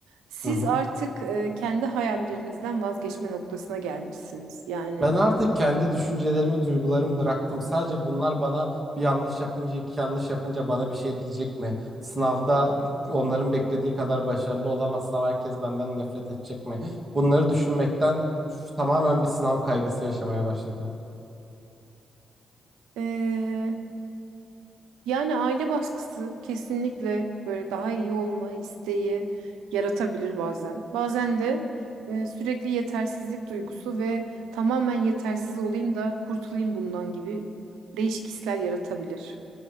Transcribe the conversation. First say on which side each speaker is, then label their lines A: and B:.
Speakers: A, on the right (about 85°); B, on the right (about 25°).
A: Siz
B: Hı hı.
A: artık e, kendi hayallerinizden vazgeçme noktasına gelmişsiniz. Yani
B: Ben artık kendi düşüncelerimi, duygularımı bıraktım. Sadece bunlar bana bir yanlış yapınca, iki yanlış yapınca bana bir şey diyecek mi? Sınavda onların beklediği kadar başarılı olamazsam herkes benden nefret edecek mi? Bunları düşünmekten üf, tamamen bir sınav kaygısı yaşamaya başladım.
A: e, Yani aile baskısı kesinlikle böyle daha iyi olma isteği yaratabilir bazen. Bazen de e, sürekli yetersizlik duygusu ve tamamen yetersiz olayım da kurtulayım bundan gibi değişik hisler yaratabilir.